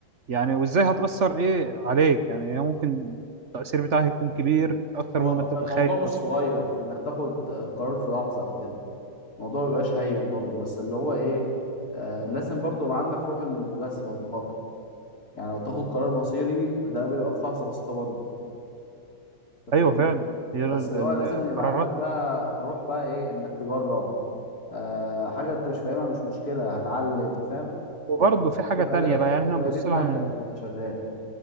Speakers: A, on the right (about 45°); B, on the left (about 45°).
A: يعني وازاي هتأثر ايه عليك يعني هي ممكن التأثير بتاعها يكون كبير اكتر
B: هو
A: مما
B: الم-
A: انت تتخيل
B: الموضوع مش
A: بس
B: صغير في انك تاخد قرار في لحظة او كده الموضوع ما بيبقاش هين برضه بس اللي هو ايه آه لازم برضه يبقى عندك روح المجازفه والمخاطره يعني لو تاخد قرار مصيري ده بيبقى في لحظه بسيطه برضه انت
A: ايوه
B: فاهمني
A: فعلا هي ال-
B: بس اللي
A: ال-
B: هو لازم
A: القرارات
B: يبقى عندك بقى روح بقى ايه انك تجرب آه حاجه انت مش فاهمها مش مشكله هتعلم فاهم
A: وبرضه
B: يعني
A: في حاجة
B: تبقى
A: تانية
B: ده
A: بقى يعني احنا
B: تبقى
A: نبص
B: دي دماغك
A: لها من
B: وانت شغال